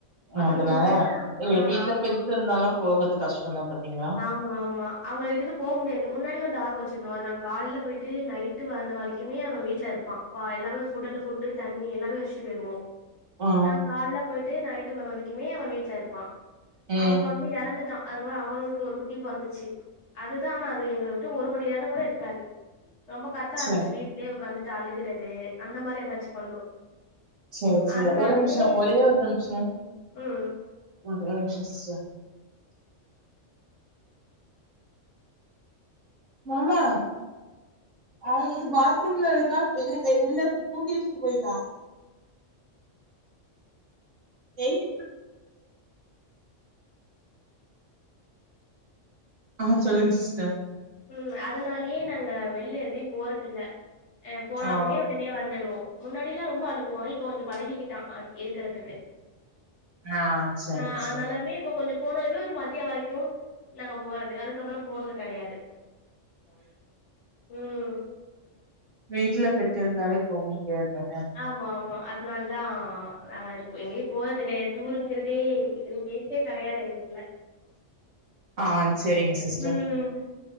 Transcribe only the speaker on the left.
அதுக்கு
முன்னாடிலா
ஆ
ஆமா
ஆமா ஆமா அவங்கிட்ட இருந்தும் போ முடியாது முன்னாடிய ஒரு டாக் வச்சிருந்தோம் அது நாங்க காலையில போயிட்டு நைட்டு வந்த வரைக்குமே அவன் வீட்ல இருப்பான் பா எல்லாமே ஃபுட்ல ஃபுட்டு தண்ணி எல்லாமே வெச்சுட்டு போயிறுவோம்
நாங்க கால்ல போயிட்டு நைட்டு வர வரைக்குமே அவன் வீட்ல இருப்பான்
அவ பாட் இறந்துட்டான் அதுக்கப்பறம் அவனுக்கு ஒரு குட்டி பொறந்துச்சு அதுதான் ஆனா அது எங்கள விட்டு ஒரு மணி நேரம் கூட இருக்காது ரொம்ப கத்த ஆரம்பிச்சு
வீ்ட்லேயே உட்காந்துட்டு அழுகறது அந்த மாரி ஏதாச்சு பண்ணு
அதனாலயே
ம்
ம் அதனாலயே நாங்க வெளில எங்கே போறதில்லை போனாலுமே
உடனே வந்துடுவோ முன்னாடி எல்லா ரொம்ப அலுக்குவா இப்ப கொஞ்ச பழகிக்கிட்டா இருக்கிறதுக்கு
ஆ அதனாலமே
இப்ப கொஞ்ச போனாலுமே ஒரு மதிய வரைக்கு நாங்க போறது அதுக்கப்புற போறது கிடையாது ம்
ஆமா ஆமா அதனால் தா நாங்க இருப்போ எங்கயு போறது கிடையாது டூருங்கிறதே என் பேச்சே கெடையாது எங்க வுட்ல
ம்